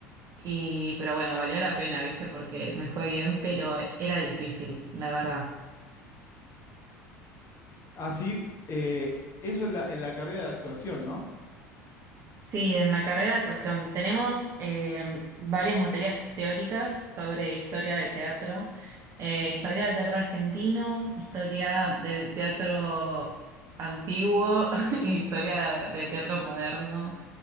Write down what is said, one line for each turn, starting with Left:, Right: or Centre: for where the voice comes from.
Right: y, pero bueno, valió la pena, ¿viste? Porque me fue bien, pero era difícil, la verdad.
Left: Ah, sí, eh, eso en la, en la carrera de actuación, ¿no?
Right: Sí, en la carrera de actuación tenemos eh, varias materias teóricas sobre historia del teatro, eh, historia del teatro argentino, historia del teatro antiguo, <laughs> y historia del teatro moderno.